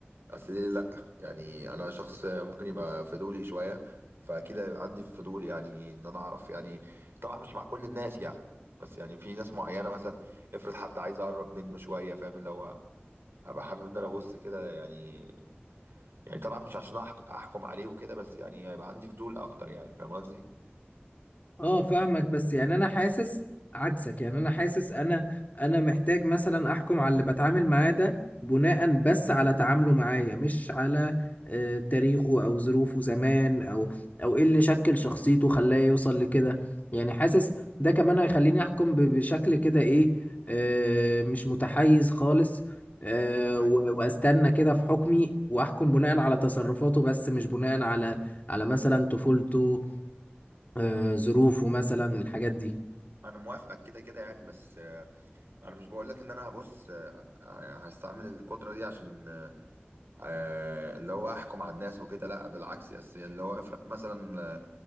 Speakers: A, on the right; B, on the left.
A: اصل ليه لا يعني انا شخص ممكن يبقى فضولي شوية فاكيد هيبقى عندي فضول يعني ان انا اعرف يعني طبعا مش مع كل الناس يعني بس يعني في ناس معينة مثلا افرض حد عايز اقرب منه شوية فاهم اللي هو ابقى حابب ان انا ابص كده يعني يعني طبعا مش عشان أحك- احكم عليه وكده بس يعني هيبقى عندي فضول اكتر يعني فاهم قصدي
B: اه فاهمك بس يعني انا حاسس عكسك يعني انا حاسس انا انا محتاج مثلا احكم على اللي بتعامل معاه ده بناء بس على تعامله معايا مش على آه، تاريخه او ظروفه زمان او او ايه اللي شكل شخصيته خلاه يوصل لكده يعني حاسس ده كمان هيخليني احكم ب- بشكل كده ايه آه، مش متحيز خالص آه،
A: أيوة.
B: و- واستنى كده في حكمي واحكم بناء على تصرفاته بس مش بناء على على مثلا طفولته آه، ظروفه مثلا الحاجات دي
A: انا موافقك كده كده يعني بس آه، انا مش بقول لك ان انا هبص آه، هستعمل القدره دي عشان آه، آه، اللي هو احكم على الناس وكده لا بالعكس بس اللي هو افرق مثلا آه،